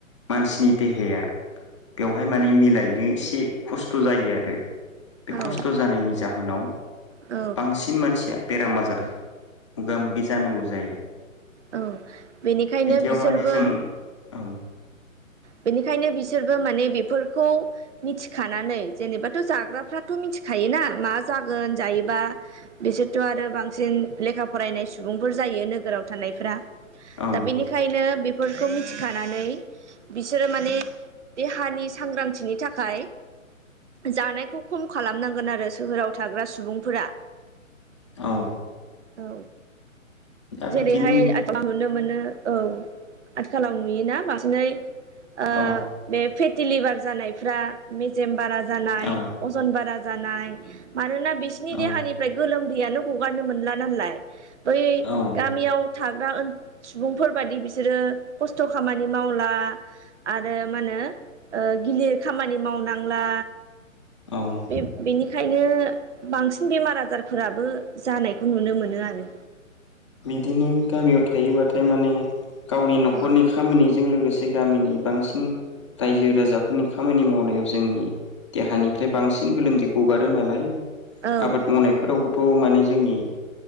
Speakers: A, on the left; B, on the right.
A: मानसिनि देहाया बेवहाय माने मिलायनो एसे खस्थ' जायो आरो। बे खस्थ'
B: औ
A: जानायनि जाहोनाव
B: औ
A: बांसिन मानसि बेराम आजार मोगा मोगि जानांगौ जायो।
B: औ बेनिखायनो
A: दा बिदियाव
B: बिसोरबो
A: माने जों औ
B: बेनिखायनो बिसोरबो माने बेफोखौ मिथिखानानै जेनेबाथ' जाग्राफाथ' मिथिखायोना मा जागोन जायोबा बिसोरथ' आरो बांसिन लेखा फरायनाय सुबुंफोर जायो नोगोराव थानाय फ्रा।
A: औ
B: दा बेनिखायनो बेफोर बेखौ मिथिखानानै बिसोरो माने देहानि सांग्रांथिनि थाखाय जानायखौ खम खालामनांगोन आरो सोहोराव थाग्रा सुबुंफोरा।
A: औ।
B: औ।
A: दा
B: जेरैहाय
A: बिदिनो
B: आथिखालाव नुनो मोनो औ आथिखालाव नुयोना बांसिनै ओ
A: औ
B: बे दिलिभार जानायफ्रा मेजेम बारा जानाय
A: औ
B: अजन बारा जानाय मानोना बिसिनि
A: औ
B: देहानिफ्राय गोलोम दैयानो हगारनो मोनला नाललाय बै
A: औ
B: गामियाव थाग्रा दा ओ सुबुंफोरबादि बिसोरो खस्थ' खामानि मावला आरो मा होनो ओ गिलिर खामानि मावनांला
A: औ
B: बे बेनिखायनो बांसिन बेमार आजारफोराबो जानायखौ नुनो मोनो आरो।
A: बिदिनो गामियाव थायोबाथाय माने गावनि नखरनि
B: औ
A: खामानि जों लोगोसे गामिनि बांसिन रायजो राजाफोरनि खामानि मावनायाव जोंनि देहानिफ्राय बांसिन गोलोमदै गगारो नालाय।
B: औ
A: आबाद मावनायफोरावबोथ' माने जोंनि